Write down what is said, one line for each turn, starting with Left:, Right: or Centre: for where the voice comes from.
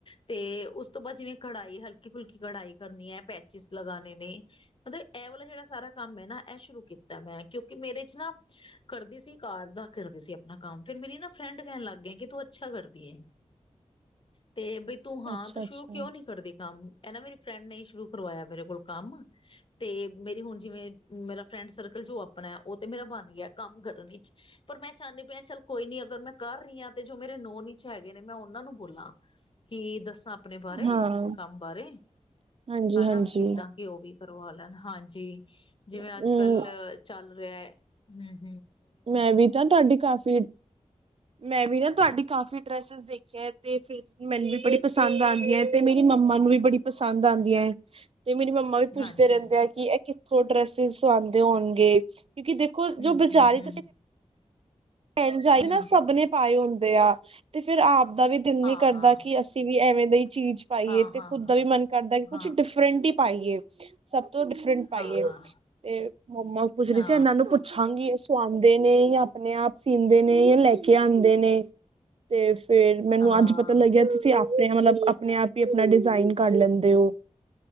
Left: ਤੇ ਉਸ ਤੋਂ ਬਾਅਦ ਜਿਵੇਂ ਕਢਾਈ ਹਲਕੀ ਫੁਲਕੀ ਕਢਾਈ ਕਰਨੀ ਹੈ, ਪੈਚਿਸ ਲਗਾਣੇ ਨੇ ਮਤਲਬ ਇਹ ਵਾਲਾ ਜਿਹੜਾ ਸਾਰਾ ਕੰਮ ਹੈ, ਨਾ ਇਹ ਸ਼ੁਰੂ ਕੀਤਾ ਮੈਂ ਕਿਉਂਕਿ ਮੇਰੇ ਚ ਨਾ ਕਰਦੀ ਸੀ ਘਰ ਦਾ ਕਰਦੀ ਸੀ, ਆਪਣਾ ਕੰਮ ਫੇਰ ਮੇਰੀ ਨਾ ਫਰੈਂਡ ਕਹਿਣ ਲੱਗ ਗਈ। ਅੱਛਾ ਕਰਦੀ ਏ, ਤੇ ਬਈ ਤੂੰ ਹਾਂ
Right: ਅੱਛਾ
Left: ਤੂੰ ਸ਼ੁਰੂ
Right: ਅੱਛਾ
Left: ਕਿਉਂ ਨੀ ਕਰਦੀ ਕੰਮ ਇਹ ਨਾ ਮੇਰੀ ਫਰੈਂਡ ਨੇ ਸ਼ੁਰੂ ਕਰਵਾਇਆ, ਮੇਰੇ ਕੋਲ ਕੰਮ ਤੇ ਮੇਰੀ ਹੁਣ ਜਿਵੇਂ ਮੇਰਾ ਫਰੈਂਡ ਸਰਕਲ ਜੋ ਆਪਣਾ ਉਹ ਤੇ ਮੇਰਾ ਬਣ ਜਾਂ ਕੰਮ ਕਰਨ ਚ, ਪਰ ਮੈਂ ਚਾਹੁੰਦੀ ਪਿਆ ਚੱਲ। ਕੋਈ ਨੀ ਅਗਰ ਮੈਂ ਕਰ ਰਹੀ ਹਾਂ। ਤੇ ਜੋ ਮੇਰੇ ਨੋਨ ਚ ਹੈਗੇ ਨੇ ਮੈਂ ਉਹਨਾਂ ਨੂੰ ਬੋਲਾਂ ਕੀ ਦੱਸਾਂ। ਆਪਣੇ ਬਾਰੇ
Right: ਹਾਂ
Left: ਕੰਮ ਬਾਰੇ
Right: ਹਾਂਜੀ
Left: ਹਨਾ,
Right: ਹਾਂਜੀ
Left: ਕੀਤਾ ਕੀ ਔ ਵੀ ਕਰਵਾ ਲੈਣ ਹਾਂਜੀ। ਜਿਵੇਂ
Right: ਹਮ
Left: ਅੱਜ ਕੱਲ੍ਹ ਚੱਲ, ਚਲ ਰਿਹਾ, ਹੂੰ।
Right: ਮੈਂ ਵੀ ਤਾਂ ਤੁਹਾਡੀ ਕਾਫ਼ੀ ਮੈਂ ਵੀ ਨਾ ਤੁਹਾਡੀ ਕਾਫੀ ਡ੍ਰੈੱਸ ਦੇਖਿਆ ਤੇ ਫਿਰ ਮੈਨੂੰ ਵੀ ਬੜੀ ਪਸੰਦ ਆਂਦੀ ਹੈ, ਤੇ ਮੇਰੀ ਮੰਮਾ ਨੂੰ ਵੀ ਬੜੀ ਪਸੰਦ ਆਦੀਆਂ ਹੈ। ਤੇ ਮੇਰੀ ਮੰਮਾ ਵੀ ਪੁੱਛਦੇ
Left: ਹਾਂਜੀ
Right: ਰਹਿੰਦੇ ਆ ਕਿ ਇਹ ਕਿਥ ਉਹ ਡਰੈਸਿਸ ਸ ਆਦੇ ਹੋਣਗੇ। ਕਿਉਂਕਿ ਦੇਖੋ
Left: ਹਮ
Right: ਜੋ ਵਿਚਾਰੇ
Left: ਹਮ ਹਮ
Right: ਪਣ ਜਾਾਈ
Left: ਹਮ
Right: ਨਾ ਸਭ ਨੇ ਪਾਏ ਹੁੰਦੇ ਆ, ਤੇ ਫਿਰ ਆਪ ਦਾਂ ਵੀ ਦਿਲ
Left: ਹਾਂ
Right: ਨੀ ਕਰਦਾ
Left: ਹਾਂ
Right: ਕਿ ਅਸੀਂ ਵੀ ਐਵੇਂ ਦਾ ਹੀ ਚੀਜ਼ ਪਾਈਏ
Left: ਹਾਂ
Right: ਤੇ ਖੁਦ
Left: ਹਾਂ ਹਾਂ
Right: ਦਾ ਵੀ ਮਨ ਕਰਦਾ ਕਿ ਕੁੱਛ
Left: ਹਾਂ
Right: ਡਿਫਰੈਂਟ ਹੀ ਪਾਈਏ ਸਭ ਡਿਫਰੈਂਟ ਪਾਈਏ,
Left: ਹਾਂ
Right: ਤੇ ਮੰਮਾ ਪੁੱਛ ਰਹੀ
Left: ਹਾਂ
Right: ਸੀ, ਇਹਨਾਂ ਨੂੰ ਪੁੱਛਾਂਗੀ। ਆਉਂਦੇ ਨੇ ਆਪਣੇ ਆਪ ਸੀਂਦੇ ਨੇ, ਜਾਂ ਲੈ ਕੇ ਆਂਦੇ ਨੇ ਤੇ ਫੇਰ ਮੈਨੂੰ
Left: ਹਾਂ ਹਾਂ
Right: ਅੱਜ ਪਤਾ ਲੱਗਿਆ ਤੁਸੀਂ ਆਪ ਮਤਲਬ ਆਪਣੇ ਆਪ ਹੀ ਆਪਣਾ ਡਿਜ਼ਾਇਨ ਕਰ ਲੈਂਦੇ ਓ।